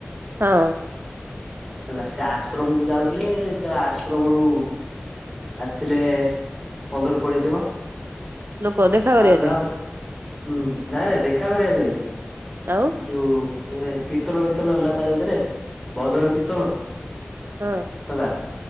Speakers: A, on the right; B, in the centre.
A: ହଁ
B: ହେଲା ସେ ଆସ ଶ୍ରମ କୁ ଯାଉଥିଲେ ସେ ଆଶ୍ରମରୁ ଆସିଥିଲେ ପନ୍ଦର କୋଡିଏ ଜଣ
A: ଲୋକ ଦେଖା
B: କାଲା
A: କରିବା ପାଇଁ
B: ହୁଁ ନାଇଁ ନାଇଁ ଦେଖା କରିବାକୁ କଇଁ କଁ
A: ଆଉ
B: ଯଉ ସେ କୀର୍ତ୍ତନ ବିୀର୍ତନ ହେଲା ତା ଭିତରେ, ଭଜନ କୀର୍ତ୍ତନ।
A: ହଁ
B: ହେଲା,